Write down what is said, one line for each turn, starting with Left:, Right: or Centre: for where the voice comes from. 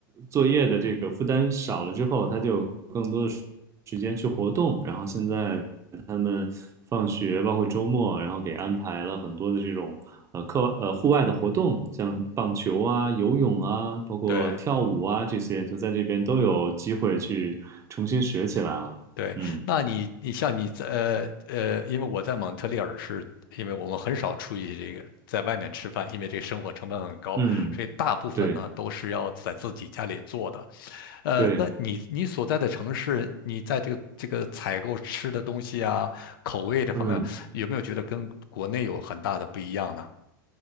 Right: 作业的这个负担少了之后，他就有更多的时时间去活动。然后现在他们放学，包括周末，然后给安排了很多的这种呃课呃户外的活动，像棒球啊、游泳啊，包括跳舞啊这些，
Left: 对
Right: 就在这边都有机会去重新学起来了。
Left: 对，
Right: 嗯。
Left: 那你你像你在呃呃，因为我在蒙特利尔是，因为我们很少出去这个在外面吃饭，因为这个生活成本很高，
Right: 嗯，
Left: 所以大部分呢都是要在自己家里做的。
Right: 对
Left: 呃，
Right: 对，
Left: 那你你所在的城市，你在这个这个采购吃的东西啊，口味这方面，
Right: 嗯
Left: 有没有觉得跟国内有很大的不一样呢？